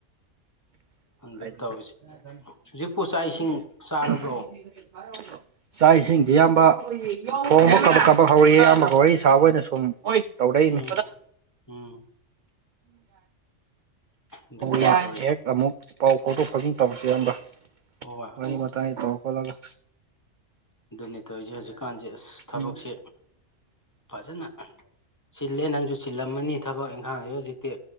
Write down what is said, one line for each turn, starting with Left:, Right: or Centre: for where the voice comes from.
Right: <unintelligible>
Left: ꯈꯪꯗꯦ ꯇꯧꯔꯤꯁꯦ ꯍꯧꯖꯤꯛꯄꯨ ꯆꯥꯛ ꯏꯁꯤꯡ ꯆꯥꯔꯕ꯭ꯔꯣ
Right: ꯂꯥꯏꯁꯤꯡꯁꯤ ꯑꯌꯥꯝꯕ ꯊꯣꯡꯕ ꯀꯕ ꯀꯕꯛ ꯍꯧꯔꯤ ꯑꯌꯥꯝꯕꯒ ꯋꯥꯔꯤ ꯁꯥꯕ ꯑꯣꯏꯅ ꯨꯝ ꯍ ꯇꯧꯔꯛꯏꯅꯦ
Left: ꯎꯝ ꯎꯝ ꯑꯗꯨꯅꯤꯅꯦ
Right: ꯌꯥ
Left: ꯇꯧꯔꯤꯁꯦ
Right: ꯍꯦꯛ ꯑꯃꯨꯛ ꯄꯥꯎ ꯐꯥꯎꯗꯣꯛ ꯐꯥꯎꯖꯤꯟ ꯇꯧꯕꯁꯤꯝꯕ꯭ꯔꯥ
Left: ꯍꯣꯏ
Right: ꯋꯥꯅꯤꯕꯇꯥꯏ ꯇ ꯍꯣꯂꯒ
Left: ꯑꯗꯨꯅꯦ ꯇꯧꯔꯤꯁꯦ ꯍꯧꯖꯤꯛꯀꯥꯟꯁꯦ ꯑꯁ ꯊꯕꯛꯁꯦ
Right: ꯎꯝ
Left: ꯐꯖꯅ ꯁꯤꯤꯜꯂꯦ ꯅꯪꯁꯨ ꯁꯤꯤꯜꯂꯝꯃꯅꯤ ꯊꯕꯛ ꯏꯪꯈꯥꯡꯁꯤꯦ ꯍꯧꯖꯤꯛꯇꯤ